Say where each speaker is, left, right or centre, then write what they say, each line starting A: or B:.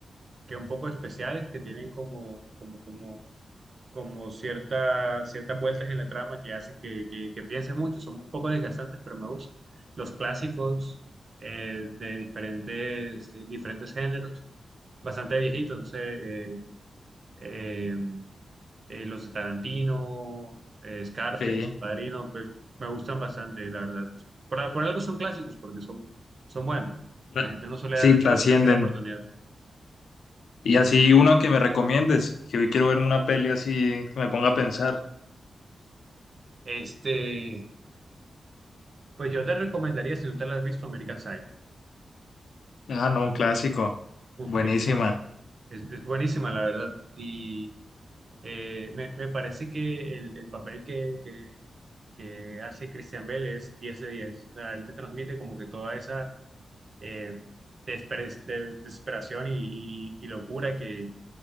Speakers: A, on the right; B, on the left.
A: que un poco especiales, que tienen como, como, como, como cierta, ciertas vueltas en la trama que hacen que, que, que piense mucho, son un poco desgastantes, pero me gustan. Los clásicos eh, de diferentes, de diferentes géneros, bastante viejitos, no sé. eh, eh, eh, los de Tarantino, eh, Scarface,
B: Sí,
A: El Padrino, pues me gustan bastante, la verdad. Por, por algo son clásicos, porque son, son buenos.
B: tra-
A: La gente no suele
B: sí,
A: dar-
B: trascienden.
A: dar- darse la oportunidad.
B: Y así una que me recomiendes, que hoy quiero verme una peli así que me ponga a pensar.
A: Este, pues yo te recomendaría, si no te la has visto, American Psycho.
B: Ah, no, un clásico.
A: Uf,
B: Buenísima.
A: es buen- es, es buenísima, la verdad. Y eh, me, me parece que el, el papel que, que, que hace Christian Bale es 10 de 10. O sea, él te transmite como que toda esa eh, desper- de- desesperación y, y- y locura que,